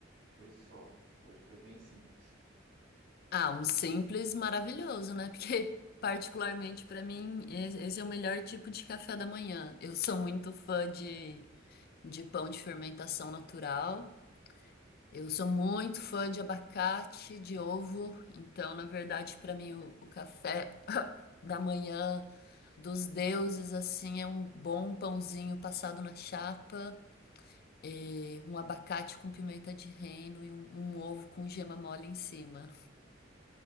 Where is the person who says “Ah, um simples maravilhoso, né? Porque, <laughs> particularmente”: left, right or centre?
Left